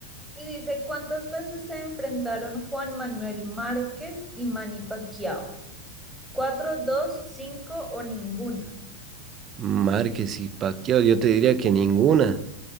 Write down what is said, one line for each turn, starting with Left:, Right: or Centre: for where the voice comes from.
Centre: y dice cuántas veces se enfrentaron Juan Manuel Márquez y Manny Pacquiao. Cuatro, dos, cinco o ninguna.
Right: Márquez y Pacquiao, yo te diría que ninguna.